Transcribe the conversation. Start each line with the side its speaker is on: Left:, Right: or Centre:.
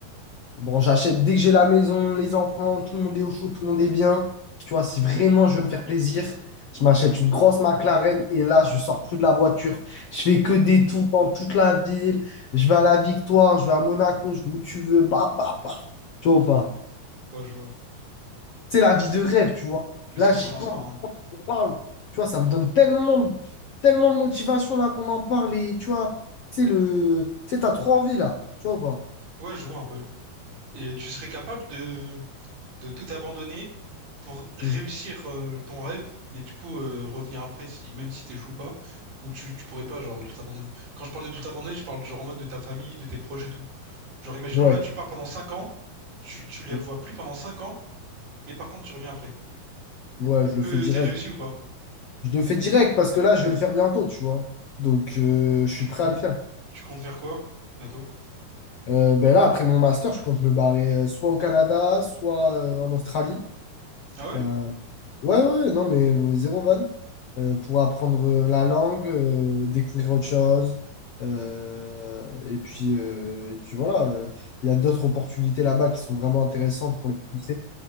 Left: Bon, j'achète dès que j'ai la maison, les enfants, tout le monde est au chaud, tout le monde est bien. Tu vois, si vraiment je veux me faire plaisir, je m'achète une grosse McLaren et là, je sors plus de la voiture. Je fais que des tours dans toute la ville. Je vais à la Victoire, je vais à Monaco, je vais où tu veux. Bah, bah, bah. Tu vois ou pas?
Right: Ouais, je vois.
Left: C'est la vie de rêve,
Right: Et-
Left: tu vois.
Right: Mais
Left: Là,
Right: c'est clairement
Left: j'y pense.
Right: ça, hein.
Left: parle. Tu vois, ça me donne tellement, tellement de motivation là qu'on en parle. Et tu vois, tu sais, le... tu sais, t'as trop envie là. Tu vois ou pas?
Right: Ouais, je vois un peu. Et tu serais capable de... de tout abandonner pour réussir
Left: Mhm.
Right: euh, ton rêve, mais du coup euh, revenir après si même si t'échoues ou pas, ou tu, tu pourrais pas genre tout abandonner. Quand je parle de tout abandonner, je parle genre en mode de ta famille, de tes proches et tout. Genre imaginons
Left: Ouais,
Right: là tu pars pendant 5 ans, tu, tu les
Left: Mhm.
Right: revois plus pendant 5 ans, mais par contre tu reviens après.
Left: ouais, je le
Right: Que
Left: fais direct.
Right: t'aies réussi ou pas?
Left: Je le fais direct parce que là, je vais le faire bientôt, tu vois. Donc, euh, je
Right: Tu,
Left: suis prêt à le faire.
Right: tu comptes faire quoi bientôt?
Left: Euh, ben là, après mon master, je compte me barrer euh, soit au Canada, soit euh, en Australie.
Right: Ah ouais?
Left: Euh, Ouais, ouais, non, mais euh, zéro vanne. Euh, pour apprendre euh, la langue, euh, découvrir autre chose. euh, et puis, euh, et puis voilà, euh, il y a d'autres opportunités là-bas qui sont vraiment intéressantes pour les Français.